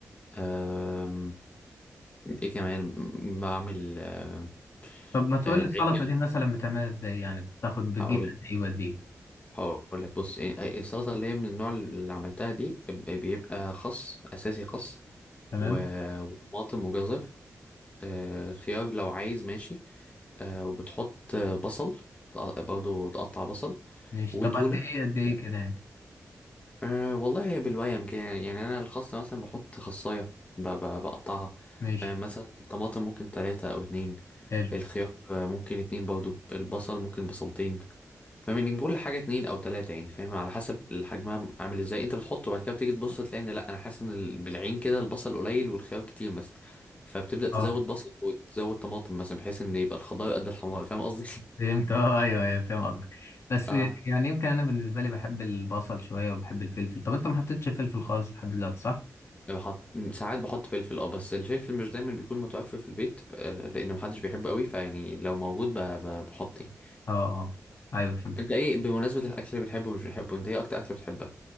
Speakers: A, on the left; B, on the left.
A: آم، ايه كمان بعمل آه،
B: طب ما تقول
A: آه،
B: لي السلطة
A: عجة
B: دي مثلا بتعملها ازاي يعني بتاخد بتجيب
A: هقول
B: قد
A: لك
B: ايه وقد ايه
A: هقول لك بص إيه- إيه السلطة اللي هي من النوع اللي عملتها دي ب- بيبقى خس أساسي خس
B: تمام
A: و- وطماطم وجزر آه، خيار لو عايز ماشي آه، وبتحط آه، بصل تق- برضه تقطع بصل
B: ماشي
A: وتونة
B: طب قد ايه قد ايه
A: يعني.
B: كده يعني
A: أه والله هي بالويم كده يعني يعني أنا الخاصة مثلا بحط خصاية ب- ب- بقطعها
B: ماشي
A: أه مثلا الطماطم ممكن تلاتة أو اتنين
B: حلو
A: الخيار آه، ممكن اتنين برضه البصل ممكن بصلتين فاهمني بكل حاجه اتنين او تلاته يعني فاهم على حسب الحجم عامل ازاي انت بتحطه بعد كده بتيجي تبص تلاقي ان لا انا حاسس ان ال- بالعين كده البصل قليل والخيار كتير مثلا فبتبدا تزود
B: اه
A: بصل وتزود طماطم مثلا بحيث ان يبقى الخضار قد الحمار فاهم قصدي <laughs>
B: فهمت اه ايوه ايوه فاهم قصدك بس
A: اه
B: يعني يمكن انا بالنسبة لي بحب البصل شوية وبحب الفلفل طب انت ما حطيتش فلفل خالص لحد دلوقتي صح؟
A: بحط ساعات بحط فلفل اه بس الفلفل مش دايما بيكون متوفر في البيت آه لان محدش بيحبه قوي فيعني لو موجود ب- ب- بحط يعني
B: اه اه ايوه فهمتك
A: انت ايه بمناسبه الاكل اللي بتحبه ومش بتحبه انت ايه اكتر اكله بتحبها